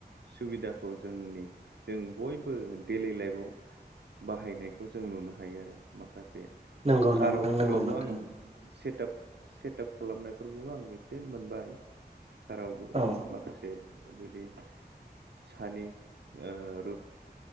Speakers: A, on the right; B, on the right.
A: सुबिदाखौ जोंनि जों बयबो डेलि लाइफआव बाहायनायखौ जों नुनो हायो आरो माखासे
B: नंगौ
A: खार'फोरावबो
B: नंगौ नों नंगौ नोंथां
A: आं से सेटाप खालामनायफोरखौबो आं एसे मोनबाय कारावबो
B: औ
A: माखासे जुदि सानि ओ रुप